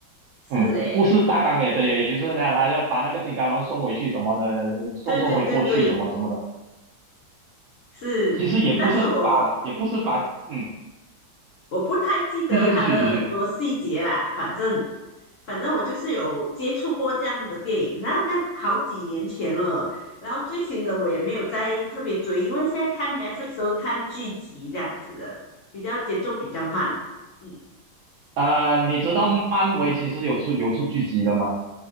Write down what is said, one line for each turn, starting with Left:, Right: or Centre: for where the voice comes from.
Left: 是诶，
Right: 嗯，故事大纲也对，也就是那样，他要把那个金刚狼送回去什么的，送送回过去什么什么的。
Left: 对对对对，是，
Right: 其实也不是把，
Left: 但是我
Right: 也不是把，嗯，
Left: 我不太记得他的很多细节啦，
Right: 继续继续继续
Left: 反正反正我就是有接触过这样的电影，然后但好几年前了，然后最新的我也没有再特别追，因为现在看 Netflix 都是看剧集这样子的，比较节奏比较慢，嗯。
Right: 啊、你知道漫威其实有出有出剧集的吗？